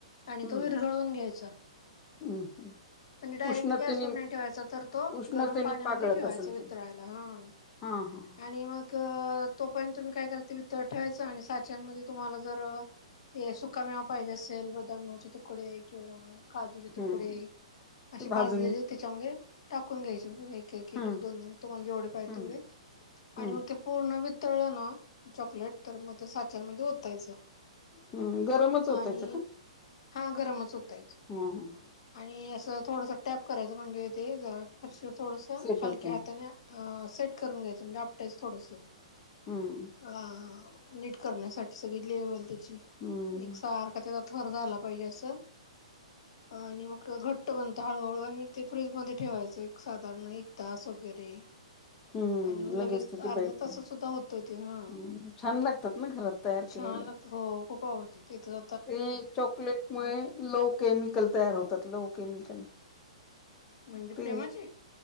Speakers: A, on the left; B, on the left.
A: आणि
B: हम्म
A: तो विरघळून घ्यायचा.
B: हम्म.
A: म्हणजे डायरेक्ट
B: उष्णतेने
A: गॅस वर नही ठेवायचा, तर तो
B: उष्णतेने
A: गरम पाण मध्ये
B: पागळत
A: ठेवायच,
B: असेल
A: वितळायला,
B: ते
A: हं.
B: हा हा
A: आणि मग अ, तो पर्यंत तुम्ही काय करा, ते ठेवायच आणि साच्या्यांमध्ये, तुम्हाला जर ते सुका मेवा पाहिजे असेल, बदामाचे तुकडे, किंवा काजूचे तुकडे,
B: हम्म.
A: असे
B: ते भाजून
A: भाजलेले ते चांगले, टाकून घ्यायचे, <unintelligible> एक-एक,
B: हम्म
A: दोन-दोन तुम्हाला जेवढे पाहिजे,
B: हम्म
A: तेवढे
B: हम्म.
A: आणि मग ते पुर्ण वितळलणा चॉकलेट तर मग ते साच्यांमध्ये ओतायचं
B: हम्म गरमच होतायचं
A: आणि हां, गरमच ओतायच.
B: हम हम,
A: आणि असं थोडसं टॅप करायचं, म्हणजे ते जा फरशीवर थोडस
B: सेट
A: हलक्या
B: होते
A: हाता <unintelligible> सेट करून घ्यायचं, म्हणजे आपटायचं थोडसं.
B: हम्म.
A: आं, नीट करण्यासाठी, सगळी लेवल त्याची,
B: हम्म.
A: एक सार्ख त्याजा थर झाला पाहिजे, असं. आणि मग घट्ट बनत हळूहळू. अन् म ते फ्रीज मध्ये ठेवायचं. एक साधारण एक तास वगैरे.
B: हम्.
A: आणि मग
B: ह, लगेच त्याची
A: अर्ध्या तासात
B: <unintelligible>
A: सुद्धा होतं ते हा
B: अ छान लागतात ना. घरात तयार
A: छान
B: केलेले.
A: लागतात हो, खूप आवडती. तेथं
B: ते, चॉकलेटमुळे, लो केमिकल तयार होतात. Low chemical.
A: म्हणजे
B: ती
A: प्रेमाचे